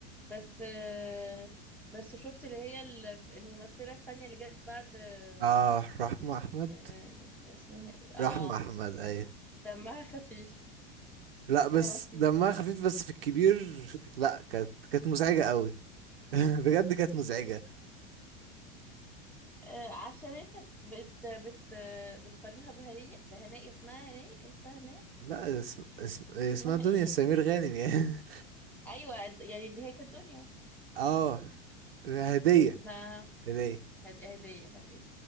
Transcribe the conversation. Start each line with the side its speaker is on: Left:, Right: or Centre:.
Centre: بس آه، بس شفت اللي هي ال- الممثلة التانية اللي جت بعد آه،
Right: اه رحمة احمد
Centre: آه، اسمها ايه اه
Right: رحمة احمد ايوه
Centre: دمها خفيف
Right: لا بس
Centre: هي لطيفة
Right: دمها خفيف بس في الكبير لا كانت كانت مزعجة قوي <laughs> بجد كانت مزعجة
Centre: آه، عشان انت بت بت بتقارنها بهنية بهنية اسمها هنية كان اسمها هنية
Right: لا اسم... اسم... اسمها
Centre: اسمها
Right: دنيا
Centre: ايه
Right: سمير غانم يعني
Centre: ايوه يعني اللي هي كانت دنيا
Right: <laughs> اه هدية
Centre: ما
Right: هدية
Centre: هد- هدية هدية